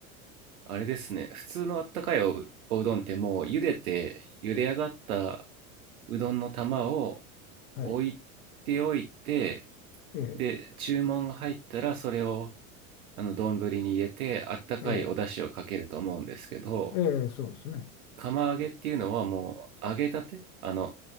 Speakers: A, on the right (about 85°); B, on the left (about 80°).
A: あれですね、普通のあったかいおう、おうどんってもう茹でて、茹で上がったうどんの玉を
B: はい。
A: 置いておいて、
B: ええ、
A: で、注文が入ったらそれをあの丼に入れてあったかいお出汁をかけると思うんですけど
B: ええ、ええ、そうですね。
A: 釜揚げっていうのはもう揚げたてあの